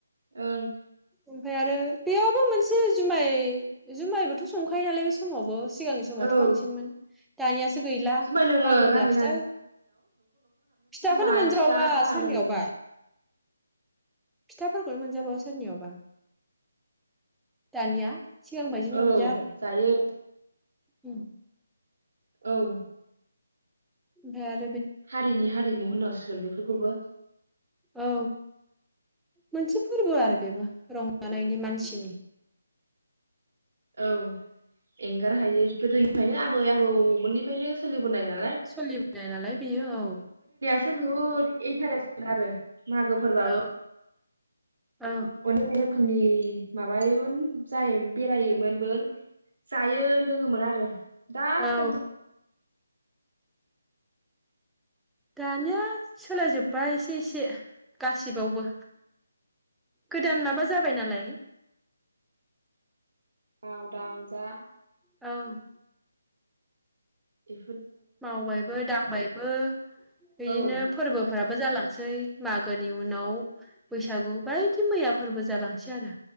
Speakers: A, on the right (about 55°); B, in the centre.
A: ओं
B: ओमफाय आरो बेयावबो मोनसे जुमाय जुमायबो थ' संखायो नालाय बे समावबो। सिगांनि समावथ'
A: औ
B: बांसिनमोन। दानियासो गैला।
A: जुमाय लोङो
B: मागोब्ला
A: गामि
B: फिथा फिथाखौनो
A: माय
B: मोनजाबावा
A: फिथा साहा
B: सोरनियावबा
A: लोङो।
B: फिथाफोरखौनो मोनजाबावा सोरनियावबा दानिया। सिगां बायदि
A: औ
B: नंलिया आरो।
A: जायो
B: उम
A: औ
B: ओमफ्राय आर
A: हारिनि हारिमु <unintelligible> जों बेफोरखौबो
B: औ मोनसे फोरबो आरो बेबो रंजानायनि मानसिनि।
A: औ एंगार हायै गोदोनिफ्रायनो आबै आबौमोननिफ्रायनो सोलिबोनाय ना
B: सोलिबोनाय नालाय बेयो औ
A: बहुत इन्टारेस आरो। मागो फोरबाबो
B: औ
A: <unintelligible>
B: औ
A: रोखोमनि। माबायोमोन जायोमोन बेरायोमोन बो जायो लोङोमोन आरो दा
B: औ
A: खम
B: दानिया सोलायजोब्बाय एसे एसे गासिबावबो गोदान माबा जाबाय नालाय।
A: मावदां जा।
B: औ
A: ए
B: मावबायबो दांबायबो बिदिनो
A: औ
B: फोरबोफोराबो जालाङो सै मागोनि उनाव बैसागु बाय मैया फोरबो जालांसै आरो